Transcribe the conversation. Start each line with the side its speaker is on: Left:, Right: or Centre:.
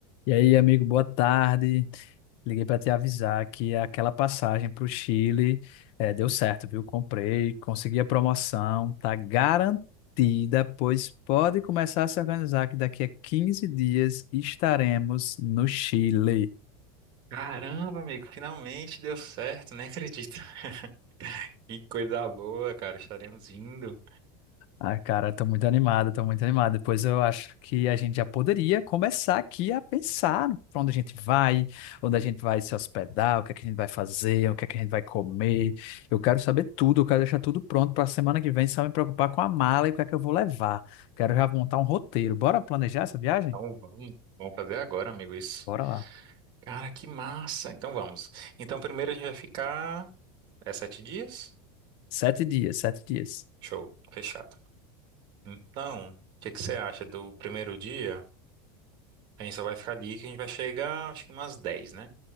Left: E aí, amigo, boa tarde. Liguei para te avisar que aquela passagem para o Chile eh, deu certo, viu? Comprei, consegui a promoção, tá garantida, pois pode começar a se organizar que daqui a 15 dias estaremos no Chile.
Right: Caramba, amigo, finalmente deu certo, nem acredito. <laughs> Que coisa boa, cara, estaremos indo.
Left: Ai, cara, tô muito animado, tô muito animado. Depois eu acho que a gente já poderia começar aqui a pensar pra onde a gente vai, onde a gente vai se hospedar, o que é que a gente vai fazer, o que é que a gente vai comer. Eu quero saber tudo, eu quero deixar tudo pronto pra semana que vem, só me preocupar com a mala e o que é que eu vou levar. Quero já montar um roteiro. Bora planejar essa viagem?
Right: Então vamos, vamos fazer agora, amigo, isso.
Left: Bora lá.
Right: Cara, que massa. Então vamos. Então primeiro a gente vai ficar é sete dias?
Left: Sete dias, sete dias.
Right: Show, fechado. Então, o que que você acha do primeiro dia? A gente só vai ficar ali que a gente vai chegar, acho que umas 10, né?